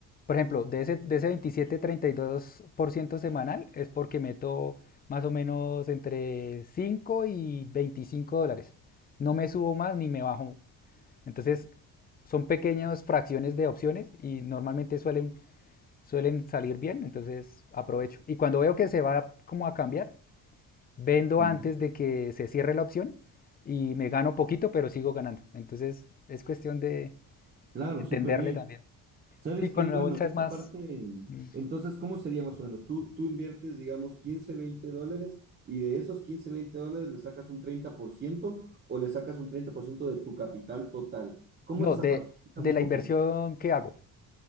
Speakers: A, on the left; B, on the right.
A: por ejemplo, de ese, de ese 27-32% semanal es porque meto más o menos entre 5 y 25 dólares. No me subo más ni me bajo. Entonces, son pequeñas fracciones de opciones y normalmente suelen, suelen salir bien, entonces aprovecho. Y cuando veo que se va como a cambiar, vendo
B: ujú,
A: antes de que se cierre la opción y me gano poquito, pero sigo ganando. Entonces es cuestión de,
B: Claro,
A: de entenderle
B: súper bien.
A: también.
B: ¿Sabes
A: Sí, con
B: qué? Bueno,
A: la bolsa
B: esa
A: es más...
B: parte,
A: mm,
B: entonces, ¿cómo sería más o menos? Tú, tú inviertes, digamos, quince veinte dólares y de esos 15 20 dólares le sacas un treinta por ciento o le sacas un 30% de tu capital total. ¿Cómo
A: No,
B: es esa
A: de,
B: parte? Explícame
A: de
B: un
A: la
B: poquito.
A: inversión que hago.